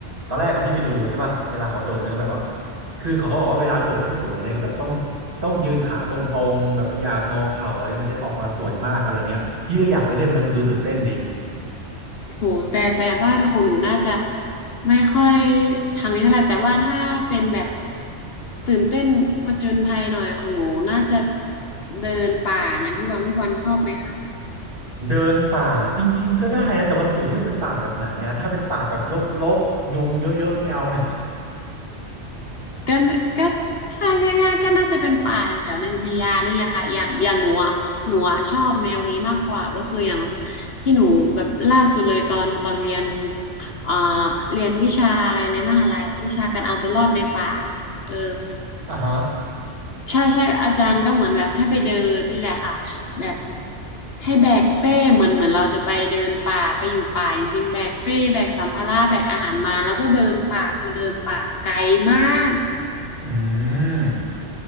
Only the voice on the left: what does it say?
โหแต่แต่บ้านของหนูน่าจะไม่ค่อยทางนี้เท่าไหร่แต่ว่าถ้าเป็นแบบตื่นเต้นผจญภัยหน่อยของหนูน่าจะเดินป่านะพี่บอลพี่บอลชอบไหมคะ
ก็ก็ถ้าง่ายๆก็น่าจะเป็นป่าแถวในอุทยานนี่แหละค่ะอย่างอย่างหนูอ่ะหนูอ่ะชอบแนวนี้มากกว่าก็คืออย่างที่หนูแบบล่าสุดเลยตอนตอนเรียนเอ่อเรียนวิชาอะไรในมหาลัยอะวิชาการเอาตัวรอดในป่าเออ
ใช่ใช่อาจารย์ก็เหมือนแบบให้ไปเดินนี่แหละค่ะแบบให้แบกเป้เหมือนเหมือนเราจะไปเดินป่าไปอยู่ป่าจริงๆแบกเป้แบกสัมภาระแบกอาหารมาแล้วก็เดินป่าคือเดินป่าไกลมาก